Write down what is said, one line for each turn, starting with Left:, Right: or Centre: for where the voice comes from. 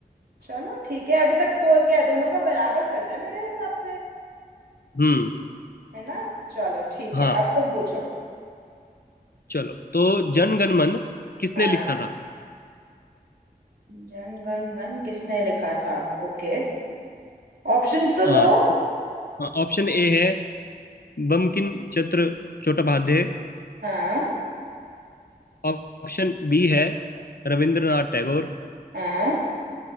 Right: चलो ठीक है अभी तक स्कोर क्या है दोनों का बराबर चल रहा है मेरे हिसाब से
Left: हम्म
Right: है ना चलो ठीक
Left: हाँ
Right: है अब तुम पूछो
Left: चलो तो जन गण मन किसने
Right: हाँ
Left: लिखा था
Right: जन गण मन किसने लिखा था ओके ऑप्शंस तो
Left: अ,
Right: दो
Left: ऑप्शन ए है बंकिम चंद्र चट्टोपाध्याय
Right: हाँ
Left: ऑप्शन बी है रविंद्रनाथ टैगोर
Right: हाँ